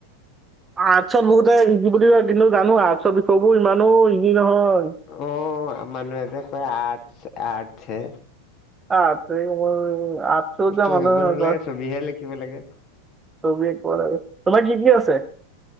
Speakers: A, on the right; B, on the left.
A: আৰ্টচত বহুতে ইজি বুলি কয় কিন্তু জানো আৰ্টচৰ বিষয়বোৰ ইমানো ইজি নহয়
B: অ মানুহে যে কয় আৰ্টছ আৰ্টছে
A: আছেই মোৰ আৰ্টছত যোৱা
B: পঢ়িব
A: মানুহে
B: নালাগে
A: কয়
B: ছবিহে লিখিব লাগে
A: তুমি কত আছা তোমাৰ কি কি আছে